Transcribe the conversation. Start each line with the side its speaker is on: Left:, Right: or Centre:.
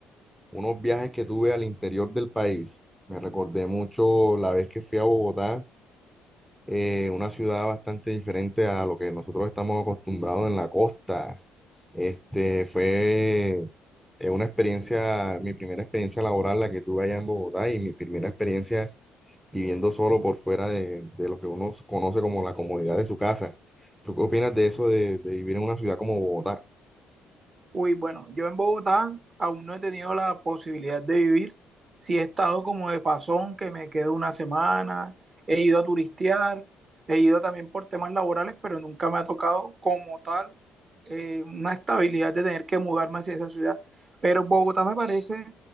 Centre: unos viajes que tuve al interior del país. Me recordé mucho la vez que fui a Bogotá, eh, una ciudad bastante diferente a lo que nosotros estamos acostumbrados en la costa. Este fue eh, una experiencia, mi primera experiencia laboral la que tuve allá en Bogotá y mi primera experiencia viviendo solo por fuera de, de lo que uno conoce como la comodidad de su casa. ¿Tú qué opinas de eso de, de vivir en una ciudad como Bogotá?
Right: Uy, bueno, yo en Bogotá aún no he tenido la posibilidad de vivir. Sí he estado como de pasón, que me quedo una semana. He ido a turistear, he ido también por temas laborales, pero nunca me ha tocado como tal eh, una estabilidad de tener que mudarme hacia esa ciudad. Pero Bogotá me parece,